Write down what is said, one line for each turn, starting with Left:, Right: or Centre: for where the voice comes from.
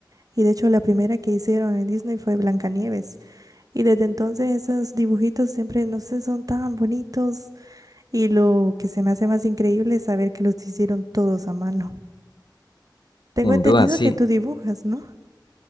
Right: y de hecho la primera que hicieron en Disney fue Blancanieves. Y desde entonces esos dibujitos siempre, no sé, son tan bonitos. Y lo que se me hace más increíble es saber que los hicieron todos a mano. Tengo
Left: Sin
Right: entendido
Left: duda, sí.
Right: que tú dibujas, ¿no?